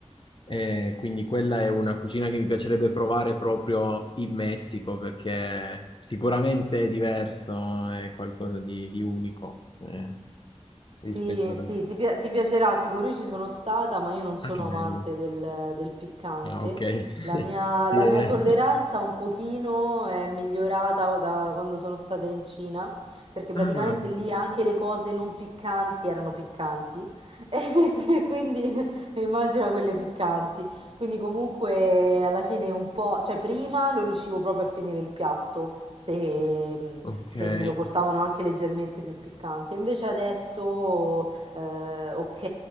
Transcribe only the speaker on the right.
Sì,
sì, ti, pia- ti piacerà sicuro. Io ci sono stata, ma io non sono
amante del, del piccante.
La
mia,
la
mia tolleranza un pochino è migliorata da quando sono stata in Cina, perché
praticamente lì anche le cose non piccanti erano piccanti. <laughs> E quindi immagino quelle piccanti. Quindi comunque alla fine un po', cioè prima non riuscivo proprio a finire il piatto se, mm,
se me lo portavano anche leggermente più piccante. Invece adesso eh, ok,